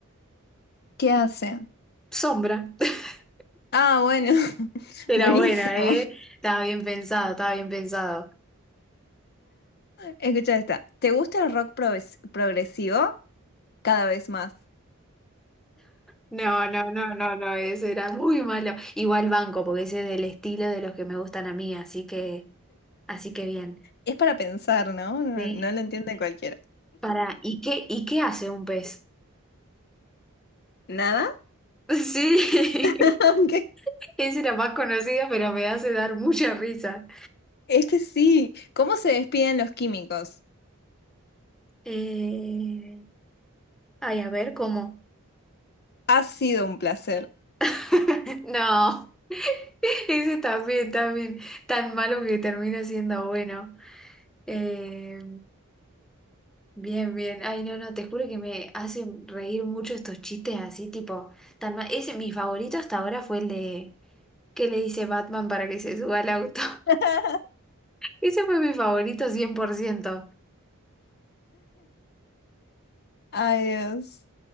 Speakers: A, on the left; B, in the centre.
A: ¿Qué hace?
B: Sombra. <laughs>
A: Ah, bueno, <laughs>
B: Era
A: buenísimo.
B: buena, ¿eh? Estaba bien pensado, estaba bien pensado.
A: Escucha esta. ¿Te gusta el rock proves- progresivo? Cada vez más.
B: No, no, no, no, no, ese era muy malo. Igual banco, porque ese es del estilo de los que me gustan a mí, así que, así que bien.
A: Es para pensar, ¿no? No,
B: Sí.
A: no lo entiende cualquiera.
B: Para, ¿y qué, y qué hace un pez? <laughs>
A: ¿Nada?
B: Sí,
A: <laughs> Ok.
B: <laughs> ese era más conocido, pero me hace dar mucha risa.
A: Es que sí. ¿Cómo se despiden los químicos?
B: Eh, ay, a ver, ¿cómo?
A: Ha sido un placer.
B: <laughs> No, ese también, también, tan malo que termina siendo bueno. Eh, bien, bien. Ay, no, no, te juro que me hacen reír mucho estos chistes así, tipo, tan mal. Ese, mi favorito hasta ahora fue el de que le dice Batman para que se suba al auto. <laughs>
A: <laughs>
B: Ese fue mi favorito cien por ciento
A: Ay, Dios.